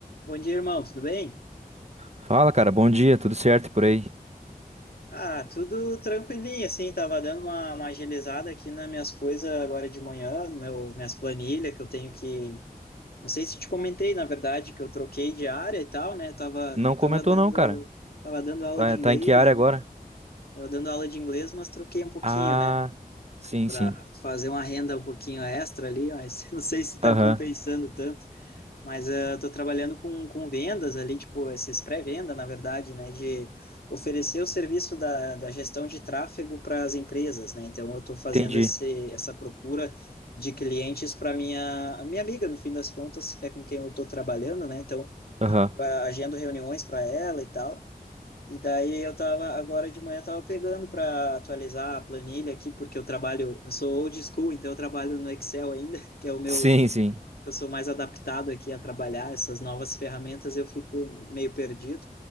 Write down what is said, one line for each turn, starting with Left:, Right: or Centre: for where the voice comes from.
Left: Bom dia, irmão, tudo bem?
Right: Fala, cara. Bom dia, tudo certo por aí?
Left: Ah, tudo tranquilinho, assim, tava dando uma, uma agilizada aqui nas minhas coisas agora de manhã, no meu, minhas planilhas que eu tenho que... Não sei se te comentei, na verdade, que eu troquei de área e tal, né? Tava,
Right: Não comentou
Left: tava dando,
Right: não, cara.
Left: tava dando aula
Right: Tá,
Left: de inglês,
Right: tá em que área
Left: né?
Right: agora?
Left: Tava dando aula de inglês, mas troquei um pouquinho,
Right: Ah,
Left: né?
Right: sim,
Left: Pra
Right: sim.
Left: fazer uma renda um pouquinho extra ali, mas <laughs> não sei se tá
Right: Aham,
Left: compensando tanto. Mas eh, eu estou trabalhando com, com vendas ali, tipo, esses pré-venda, na verdade, né, de oferecer o serviço da, da gestão de tráfego para as empresas, né? Então, eu estou fazendo
Right: entendi.
Left: esse, essa procura de clientes para minha a minha amiga, no fim das contas, é com quem eu estou trabalhando, né? Então,
Right: Aham.
Left: eu agendo reuniões para ela e tal. E daí eu tava agora de manhã eu tava pegando para atualizar a planilha aqui, porque eu trabalho, eu sou old school, então eu trabalho no Excel ainda, <laughs> que é o meu
Right: Sim, sim.
Left: eu sou mais adaptado aqui a trabalhar essas novas ferramentas, eu fico meio perdido.